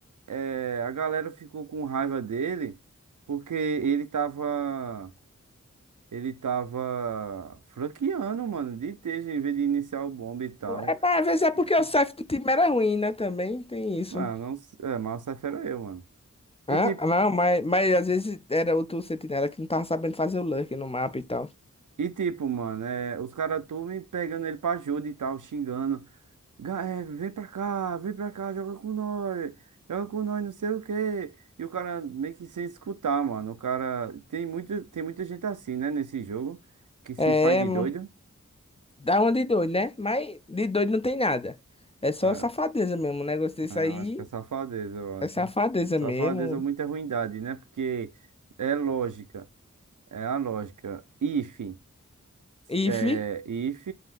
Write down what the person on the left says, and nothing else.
É, mas às vezes
é porque o safe do time era ruim, né? Também tem isso.
Ah,
não, mas, mas às vezes era outro sentinela que não tava sabendo fazer o lurk no mapa e tal.
É,
mano,
dá uma de doido, né? Mas de doido não tem nada. É só
safadeza mesmo. O negócio desse
aí
é
safadeza
mesmo.
If,